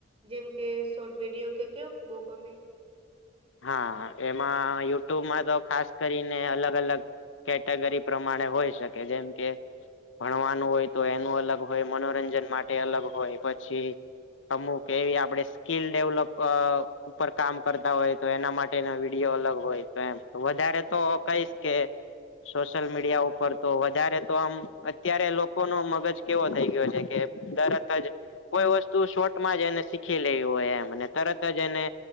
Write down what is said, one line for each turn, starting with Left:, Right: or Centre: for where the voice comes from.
Right: જેમ કે શોર્ટ વિડિયો કે કેવું બો ગમે.
Left: હા એમાં યુટ્યુબમાં તો ખાસ કરીને અલગ અલગ. કેટેગરી પ્રમાણે હોય શકે જેમ કે. ભણવાનું હોય તો એનું અલગ હોય મનોરંજન માટે અલગ હોય પછી. અમુક એવી આપડે સ્કીલ ડેવલપ અ ઉપર કામ કરતા હોય. તો એના માટે ના વિડીયો અલગ હોય તો એમ વધારે તો કહીશ કે. સોશિયલ મીડિયા ઉપર તો વધારે તો આમ અત્યારે લોકોનો મગજ કેવો થઈ ગયો છે કે. તરતજ કોઈ વસ્તુ શોર્ટમાં જ એને શીખી લેવી હોય એમ તરતજ એને.